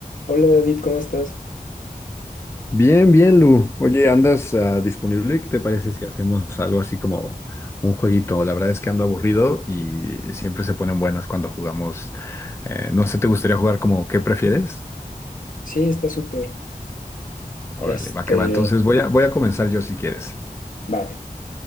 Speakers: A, on the left; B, on the left.
A: Hola David, ¿cómo estás?
B: Bien, bien, Lu. Oye, ¿andas ah, disponible? ¿Qué te parece si hacemos algo así como un jueguito? La verdad es que ando aburrido y siempre se ponen buenas cuando jugamos. Eh, no sé, ¿te gustaría jugar como qué prefieres?
A: Sí, está súper.
B: Órale,
A: Este,
B: va que va. Entonces voy a, voy a comenzar yo si quieres.
A: va.